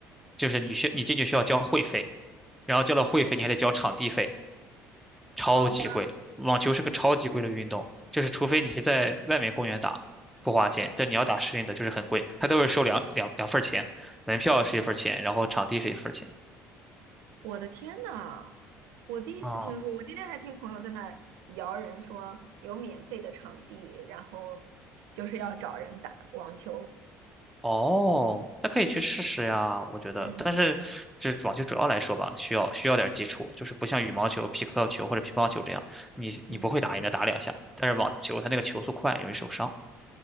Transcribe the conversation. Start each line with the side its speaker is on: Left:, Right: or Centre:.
Centre: 就是你学你进去需要交会费。然后交了会费，
Right: 哦，
Centre: 你还得交场地费，超级贵。
Right: 好吧，
Centre: 网球是个超级贵的运动，就是除非你是在外面公园打，不花钱，但你要打室内的就是很贵，它都是收两两两份儿钱，门票是一份儿钱，然后场地是一份儿钱。
Right: 我的天呐，我第一次听说，
Centre: 啊，
Right: 我今天还听朋友在那摇人说有免费的场地，然后就是要找人打网球。
Centre: 哦，那可以去试试呀，
Right: 嗯，
Centre: 我觉得。
Right: 嗯
Centre: 但是，这网球主要来说吧，需要需要点基础，就是不像羽毛球、皮克球或者乒乓球这样，你你不会打也能打两下。
Right: 嗯，
Centre: 但是网球它那个球速快，容易受伤。